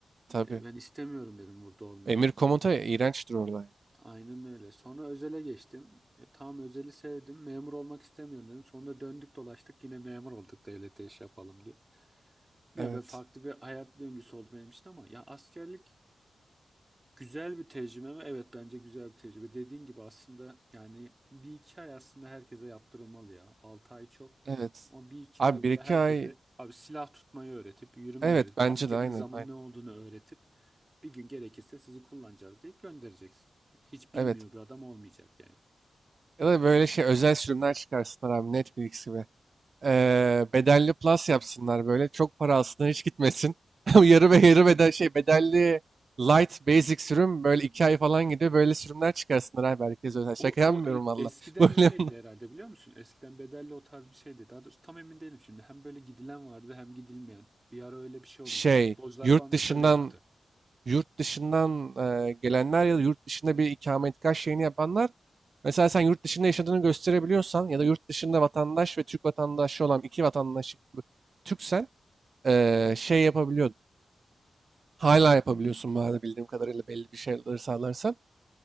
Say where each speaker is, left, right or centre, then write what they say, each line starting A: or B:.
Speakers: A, on the right; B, on the right.
A: tabii.
B: e, ben istemiyorum dedim burada olmayı.
A: Emir komuta iğrençtir orada.
B: Aynen öyle. Sonra özele geçtim. E, tam özeli sevdim. Memur olmak istemiyorum dedim. Sonra döndük dolaştık yine memur olduk devlete iş yapalım diye. Ya
A: Evet.
B: ben farklı bir hayat döngüsü oldu benim için ama ya askerlik Güzel bir tecrübe mi? Evet bence güzel bir tecrübe. Dediğin gibi aslında yani bir iki ay aslında herkese yaptırılmalı ya. Altı ay çok.
A: Evet.
B: Ama bir iki
A: Abi
B: ay böyle
A: bir iki
B: herkese
A: ay
B: abi silah tutmayı öğretip, yürümeyi
A: evet
B: öğretip,
A: bence
B: askerin
A: de aynen
B: zaman
A: aynen.
B: ne olduğunu öğretip bir gün gerekirse sizi kullanacağız deyip göndereceksin. Hiç bilmiyor
A: Evet.
B: bir adam olmayacak yani.
A: Ya da böyle şey özel sürümler çıkarsınlar abi Netflix gibi. Ee, bedelli plus yapsınlar böyle. Çok para aslında hiç gitmesin. <laughs> Yarı ve yarı bedel şey
B: <laughs>
A: bedelli light basic sürüm böyle 2 ay falan gidiyor. Böyle sürümler çıkarsınlar abi herkes özel. Şaka
B: O,
A: yapmıyorum
B: o e-
A: valla.
B: eskiden
A: <laughs> Böyle
B: öyleydi herhalde biliyor musun? Eskiden bedelli o tarz bir şeydi. Daha doğrusu tam emin değilim şimdi. Hem böyle gidilen vardı hem gidilmeyen. Bir ara öyle bir şey
A: şey
B: oldu. Mesela futbolcular
A: yurt
B: falan hep
A: dışından
B: öyle yaptı.
A: yurt dışından e, gelenler ya da yurt dışında bir ikametgah şeyini yapanlar mesela sen yurt dışında yaşadığını gösterebiliyorsan ya da yurt dışında vatandaş ve Türk vatandaşı olan iki vatandaşlık Türksen e, şey yapabiliyordun. Hala yapabiliyorsun bu arada bildiğim kadarıyla belli bir şeyleri sağlarsan.